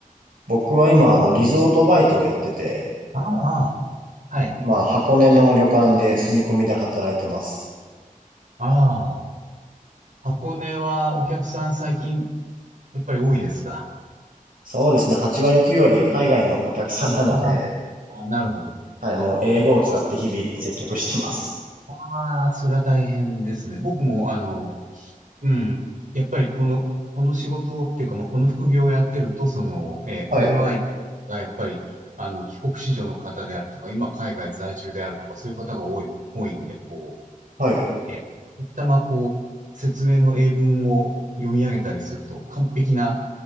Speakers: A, on the right; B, on the right.
A: 僕は今、あの、リゾートバイトをやってて、
B: ああ、はい。
A: まあ、箱根の旅館で住み込みで働いてます。
B: ああ、箱根はお客さん最近、やっぱり多いですか
A: そうですね、8割9割海外のお客さんなので、
B: ああ、なるほど。
A: はい、もう英語を使って日々接客してます。
B: ああ、それは大変ですね。僕も、あの、うん。やっぱりこの、この仕事っていうか、まあ、この副業をやってると、その、えー会話相手がやっぱり、
A: はい、
B: あの、帰国子女の方であるとか、今海外在住であるとか、そういう方が多い、多いんで、こ
A: はい。
B: う、えー、時たまこう、説明の英文を読み上げたりすると、完璧な